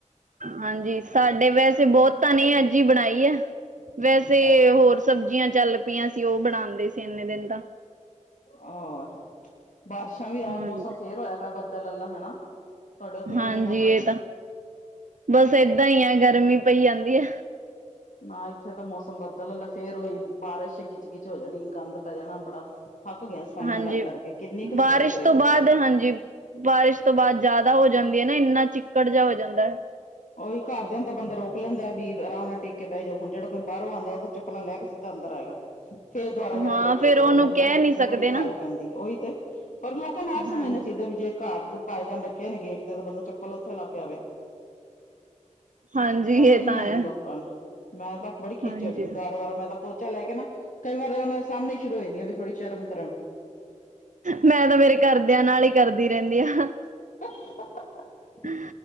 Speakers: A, on the right (about 80°); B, on the left (about 85°).
A: ਹਾਂਜੀ, ਸਾਡੇ ਵੈਸੇ ਬੋਹਤਾ ਨੀ ਅੱਜ ਹੀ ਬਣਾਈ ਹੈ,
B: ਅੱਛਾ
A: ਵੈਸੇ ਹੋਰ ਸਬਜ਼ੀਆਂ ਚੱਲ ਪਈਆਂ ਸੀ ਉਹ ਬਣਾਉਂਦੇ ਸੀ, ਇੰਨੇ ਦਿਨ ਤਾਂ।
B: ਆ ਹਾ ਬਾਰਸ਼ਾਂ ਵੀ ਆਜ
A: ਹਾਂਜੀ।
B: ਮੌਸਮ ਫੇਰ ਹੋਇਆ ਪਿਆ ਬੱਦਲ ਅਲਾ ਹੈਨਾ। ਤੋਡੇ ਓਥੇ
A: ਹਾਂਜੀ
B: ਕਿਵੇਂ ਮੌਸਮ?
A: ਇਹ ਤਾਂ ਬਸ ਏਦਾਂ ਈ ਆ ਗਰਮੀ ਪਈ ਜਾਂਦੀ ਆ।
B: ਨਾ ਈਥੇ ਤਾਂ ਮੌਸਮ ਬੱਦਲ ਆਲਾ ਫੇਰ ਓਈ ਬਾਰਿਸ਼ ਗਿਚ-ਗਿਚ ਹੋ ਜਾਣੀ ਗੰਦ ਪੈ ਜਾਣਾ ਬੜਾ। ਥੱਕ ਗੇਆ ਸਫਾਈਆਂ
A: ਹਾਂਜੀ।
B: ਕਰ-ਕਰ ਕਰਕੇ ਕਿਨੀ ਕ
A: ਬਾਰਿਸ਼
B: ਸਫ਼ਾਈ ਕਰੇ
A: ਤੋਂ
B: ਬੰਦਾ।
A: ਬਾਅਦ ਹਾਂਜੀ, ਬਾਰਿਸ਼ ਤੋਂ ਬਾਦ ਜਾਦਾ ਹੋ ਜਾਂਦੀ ਹੈ ਨਾ ਈਨਾ ਚਿੱਕੜ ਜਾ ਹੋ ਜਾਂਦਾ ਐ।
B: ਓਈ ਘਰ ਦੇਆਂ ਨੂੰ ਤਾਂ ਬੰਦਾ ਰੋਕ ਲੈਂਦਾ ਵੀ ਆਰਾਮ ਨਾਲ ਟੀ ਕੇ ਬੈ ਜੋ ਹੁਨ ਜੇ ੜਾ ਕੋਈ ਬਾਰੋਂ ਆਂਦਾ ਓ ਤਾਂ ਚੱਪਲਾਂ ਲੈ ਕੇ ਸਿਧਾ ਅੰਦਰ ਆਏਗਾ। ਫੇਰ ਦੁਆਰਾ-ਦੁਆਰਾ
A: ਹਾਂ
B: ਪੋਚੇ
A: ਫੇਰ
B: ਦੇਓ
A: ਉਹਨੂੰ
B: ਮੈਨ
A: ਕਹਿ
B: ਤਾਂ
A: ਨਹੀਂ ਸਕਦੇ
B: ਬੜੀ ਘਾਲ
A: ਨਾ।
B: ਪੈਂਦੀ ਓਈ ਤੇ। ਪਰ ਲੋਕਾਂ ਨੂੰ ਆਪ ਸਮਝਣਾ
A: ਹਾਂਜੀ।
B: ਚਾਈਦਾ ਵੀ, ਜੇ ਘਰ ਪਾਏਦਾਨ ਰੱਖੇ ਨੇ ਗੇਟ ਤੇ ਤਾਂ ਬੰਦਾ ਚੱਪਲ ਓਥੇ ਲਾ ਕੇ ਆਵੇ। ਸ
A: ਹਾਂਜੀ
B: ਸਮਝ
A: ਇਹ
B: ਨੀ
A: ਤਾਂ
B: ਆਦੀ
A: ਹੈ
B: ਲੋਕਾਂ ਨੂੰ, ਮੈਂ ਤਾਂ ਬੜੀ ਖੀ
A: ਹਾਂਜੀ।
B: ਚੜਦੀ ਦੁਆਰਾ-ਦੁਆਰਾ ਮੈਂ ਤਾਂ ਪੋਚਾ ਲੈ ਕੇ ਨਾ, ਕਈ ਵਾਰ ਓਨਾਂ ਦੇ ਸਾਮਣੇ ਸ਼ੁਰੂ ਹੋ ਜਾਂਨੀ ਆ ਵੀ ਥੋੜੀ ਸ਼ਰਮ ਕਰਨ।
A: ਮੈਂ ਤਾਂ ਮੇਰੇ ਘਰਦੇਆਂ ਨਾਲ ਈ ਕਰਦੀ ਰੈਦੀ ਹਾ।
B: <inaudible>
A: <inaudible>